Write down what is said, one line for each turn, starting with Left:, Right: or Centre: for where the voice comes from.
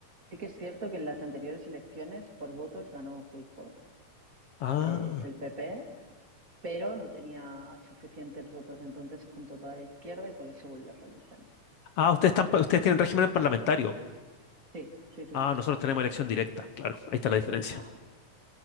Right: Sí que es cierto que en las anteriores elecciones por votos ganó Feijóo,
Left: Ah,
Right: que es el PP, pero no tenía suficientes votos, entonces se juntó toda la izquierda y por eso volvió a salir Sánchez.
Left: ah, ustedes están, pa- ustedes tienen régimen parlamentario.
Right: Sí, sí, sí,
Left: Ah,
Right: sí,
Left: nosotros
Right: sí.
Left: tenemos elección directa. Claro, ahí está la diferencia.
Right: Ah,